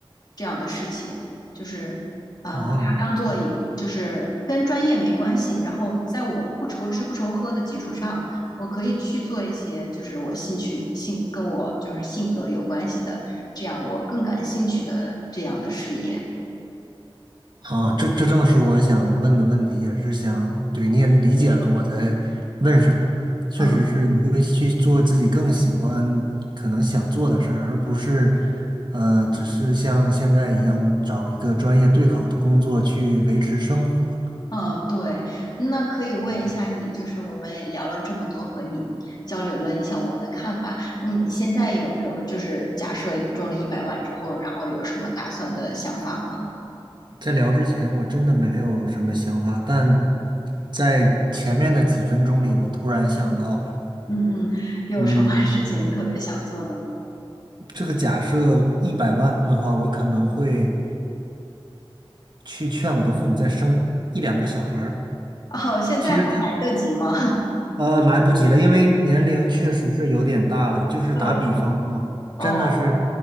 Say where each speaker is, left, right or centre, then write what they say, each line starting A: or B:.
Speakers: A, on the left; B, on the right.
A: 这样的事情，就是啊、
B: 哦。
A: 呃把它当做一就是跟专业没关系，然后在我不愁吃不愁喝的基础上，我可以去做一些就是我兴趣性跟我就是性格有关系的，这样我更感兴趣的这样的事业。
B: 啊，这这正是我想问的问题，也是想，对，你也理解了我在问什么。确实是你会去做自己更喜欢、
A: 嗯
B: 可能想做的事儿，而不是，呃，只是像现在一样找一个专业对口的工作去维持生活。
A: 嗯，对，那可以问一下你，就是我们也聊了这么多，和你交流了一下我的看法。嗯，你现在有没有就是假设中了一百万之后，然后有什么打算的想法吗？
B: 在聊之前，我真的没有什么想法，但在前面的几分钟里，我突然想到了。
A: 嗯嗯，有什么
B: 嗯，
A: <laughs> 事情特别想做的吗？
B: 这个假设一百万的话，我可能会去劝我的父母再生一两个小孩儿。
A: 哦，现在还来得及吗？
B: 其实他呃，来不及了，因为年龄确实是有点大了。就是打比方嘛，
A: <laughs> 对，哦，
B: 真的是，